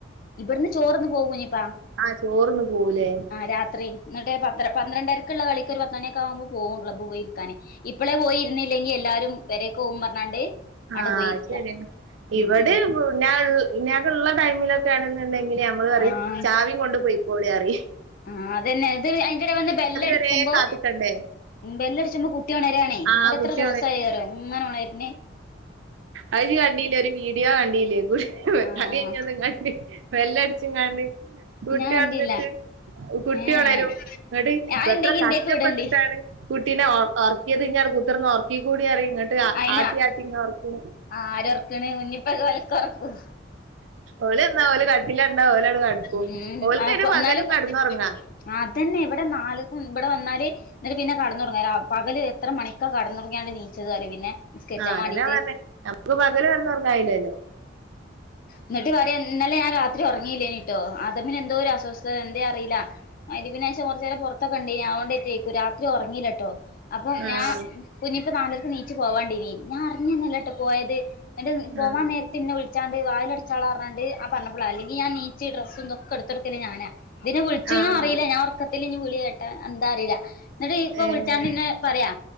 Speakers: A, on the left (about 45°); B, on the right (about 75°).
A: ഇവിടുന്ന് ചോറന്ന് പോകും കുഞ്ഞിപ്പാ
B: ആ ചോർന്ന് പോവുലേ
A: രാത്രി എന്നിട്ട് പത്ത പന്ത്രണ്ടരക്കുള്ള കളിക്ക് ഒരു പ മണൊക്കെ ആവുമ്പോ പോവും ക്ലബ്ബ് പോയിരിക്കാന് ഇപ്പോളേ പോയിരുന്നില്ലെങ്കി എല്ലാരും വരെക്ക പോവും പറഞ്ഞാണ്ട് ആടെ
B: ആ
A: പോയി ഇരിക്ക
B: ശരിയ ഇവിടെ
A: ഉം
B: ഞാൻ ഞ ക്കള്ള ടൈമിലൊക്കെ ണുന്നുണ്ടെങ്കിൽ നമ്മള് പറി
A: ആഹ്
B: ചാവിം കൊണ്ട് പോയിക്കോളി പറീം
A: ആ അതന്നെ ഇത് അയിന്റെടടെ വന്ന് ബെല്ലടിക്കുമ്പോ
B: വരെ കാത്ത്ക്കണ്ടേ
A: ബെല്ലടിച്ചുമ്പോ കുട്ടി ഉണരാണേ ന്നിട്ട്
B: ആഹ്
A: എത്ര
B: കുട്ടി
A: ദോസ ആയി ന്നറിയോ ഇങ്ങനെ ഉണർന്നെ
B: അ ഇ കണ്ടീല്ലേ ഒരു വീഡിയോ കണ്ടില്ലേ കളി
A: ആഹ്
B: കഴിഞ്ഞ് വന്നാണ്ട് വെല്ല അടിച് ങ്ങാണ്ട് കുട്ടി
A: ഞാൻ കണ്ടില്ല
B: ഒൺന്ന്ട്ട് കുട്ടി
A: ഏഹ്
B: ഒണരും എന്നട്ട്
A: അത്ണ്ടെങ്കി
B: എത്ര കസ്റ്റപ്പെട്ടിട്ടാണ്
A: ഇന്റെക്ക് വിടണ്ടി
B: കുട്ടീനെ ഒ ഒർ ത് ഇടെ കുത്തിർന്ന് ഉറക്ക കൂടി അറി ഇങ്ങോട്ട്
A: അയിന്
B: ആട്ടിയാട്ടി ഇങ്ങ ഉറക്ക
A: ആ ആരോറക്കണ് കുഞ്ഞിപ്പൊക്കെ ഒലക്ക ഉറക്കും
B: ഓല് വന്നാ ഓല് കട്ടില് കണ്ടാ ഓലട കടക്കും
A: ഉം
B: ഓൽക്കയ്ന്
A: ആ
B: പകലും
A: ന്നാലും
B: കെടന്നുറങ്ങാ
A: അതന്നെ ഇവിടെ ന്നാല് നാല്ക്കും ഇവിടെ വന്നാല് എന്നിട്ട് പിന്നെ കടന്ന തുടങ്ങ പകല് എത്ര മണിക്കാ കെടന്നോറ നീച്ചത് അറി പിന്നെ നിസ്കരിച്ചാൻ
B: ആഹ് അതന്നെ
A: വേണ്ടിട്ട്
B: പറഞ്ഞെ നമുക്ക് പകല് കടന്നുറങ്ങായില്ലല്ലോ
A: എന്നിട്ട് പറിയ ഇന്നലെ ഞാൻ രാ രി ഉറങ്ങിയില്ലേനീട്ടോ ആദമിന് എന്തോ ഒരു അസ്വസ്ഥത എന്തേ അറില്ല മയിരിബിനെശം കുറച്ചു നേരെം പുറത്തൊക്കെ ഇണ്ടേനി അ ഓണ്ടറ്റെക്കും എത്തിയേക്കു രാത്രി ഉറങ്ങിലട്ടോ അപ്പം
B: ആഹ്
A: ഞാൻ കുഞ്ഞിപ്പ നാലേര്ക്ക് നീച്ചു പോവാണ്ടേനി ഞ്ഞാ റിഞ്ഞന്നല്ല ട്ടോ പോയത് എന്റെ എ പോവാൻ
B: ആഹ്
A: നേര പിന്നെ വിളിച്ചാണ്ട് വാൽ അടച്ചാള പറഞ്ഞാണ്ട് ആ പറഞ പൊള അല്ലെങ്ക ഞാ നീച്ചി ഡ്രസ്സസ് ക്കെ എടുക്കല്ലേ ഞാനാ ഇതിനെ വിളിച്ചും
B: ആണോ
A: അറില്ല ഞാൻ ഉറക്കത്തിത്തില് ഇ വിളി കേട്ടാ എന്താ അറില്ല എന്നിട്ട് ഇപ്പൊ
B: ഏഹ്
A: വിളിച്ചാണ്ട്ന്നെ പറയാ